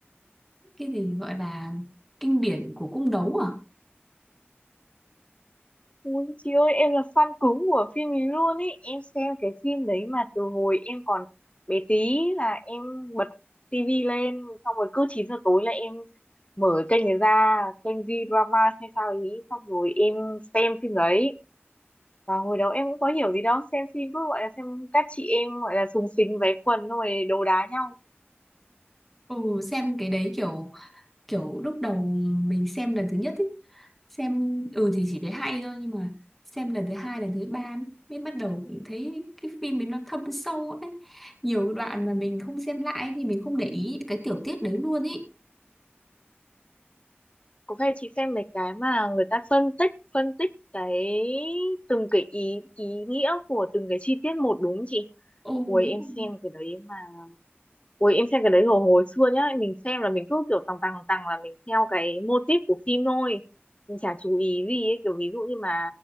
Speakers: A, in the centre; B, on the left.
A: Cái gì gọi là kinh điển của cung đấu à
B: Ui chị ơi em là fan cứng của phim ấy luôn ý Em xem cái phim đấy mà từ hồi em còn bé tí là em bật tivi lên Xong rồi cứ 9 giờ tối là em mở kênh này ra Kênh V-drama hay sao ý Xong rồi em xem phim đấy Và hồi đó em cũng có hiểu gì đâu Xem phim cứ gọi là xem các chị em gọi là súng xính váy quần Xong rồi đồ đá nhau
A: Ừ xem cái đấy kiểu Kiểu lúc đầu mình xem lần thứ nhất ấy Xem ừ thì chỉ thấy hay thôi Nhưng mà xem lần thứ hai lần thứ ba Mới bắt đầu cũng thấy cái phim ấy nó thâm sâu ấy Nhiều đoạn mà mình không xem lại Thì mình không để ý cái tiểu tiết đấy luôn ý
B: cũng hay chị xem mấy cái mà người ta phân tích phân tích cái từng cái ý ý nghĩa của từng cái chi tiết một đúng không chị
A: Ồ
B: ui
A: đúng
B: em
A: rồi.
B: xem cái đấy mà ui em xem cái đấy hồi hồi xưa nhá mình xem là mình cứ kiểu tằng tằng tằng là mình theo cái mô típ của phim thôi mình chả chú ý gì ấy. kiểu ví dụ như mà